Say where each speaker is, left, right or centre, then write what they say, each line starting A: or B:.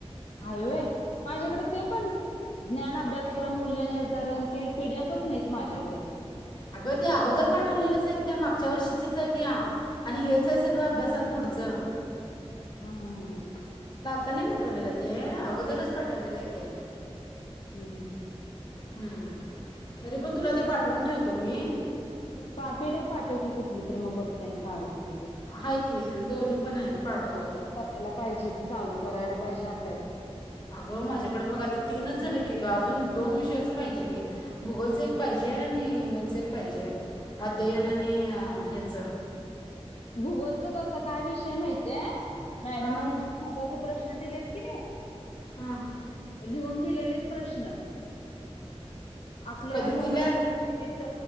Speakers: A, on the left; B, on the left.
A: आहे होय माझ्याकड ते पण ज्ञान अभ्यास प्रमूल्यान निर्धारण ती पिडिएफ च नहीत माझ्याकड
B: अगं ते अगोदर पाठवलेलच अहेत त्या मागच्या वर्षीचच आहेत ह्या आणि हे च सगळं अभ्यासात पुढचं
A: हं हं हं हं
B: आतानय पाटवलेलं ते अगोदरच पाटवलेलं आहे ते
A: हूं हूं हूं
B: हूं तरी पण तुला ते पाठवून ठेवतो मी
A: पा पीडफ पाठव की कुठली? तर, मग बघते त्यानी काढून ठेवते.
B: आहे की दोन्ही पण आहेत पाठवतो
A: आमटी करायला पाहिजेत चालू करायला. पाहिजे, अभ्यास
B: अगं माझ्याकड मग आता तीनच
A: म्हणजे
B: झाले की ग अजून दोन विष याच पाहिजे की भूगोलच एक पाहिजे आणि याच एक पाहिजे अध्ययन आणि आ हेच
A: भूगोलचं कसं काय विषय माहितीय मॅडमांनी
B: हां
A: महत्वाचे प्रश् हा, दिलेत की, नई
B: हं
A: लिहून दिलेले प्रश्न आपल्याला
B: कधी
A: मोबाई
B: दिल्यात
A: त